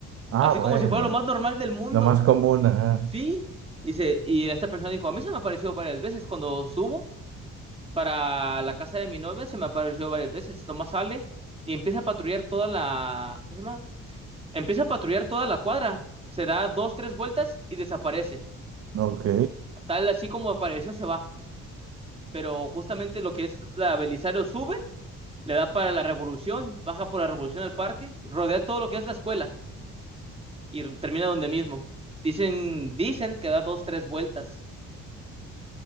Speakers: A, on the right (about 50°); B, on the right (about 20°).
A: Ah,
B: Así
A: bueno,
B: como si fuera lo más normal del mundo.
A: lo más común, ajá.
B: Sí. Dice, y esta persona dijo, a mí se me apareció varias veces cuando subo. para la casa de mi novia, se me apareció varias veces. Nomás sale y empieza a patrullar toda la... ¿Cómo se llama? Empieza a patrullar toda la cuadra. Se da dos, tres vueltas y desaparece.
A: Ok,
B: Tal así como apareció, se va. Pero justamente lo que es la Belisario sube, le da para la Revolución, baja por la Revolución al parque, rodea todo lo que es la escuela y r- termina donde mismo. Dicen, dicen que da dos, tres vueltas.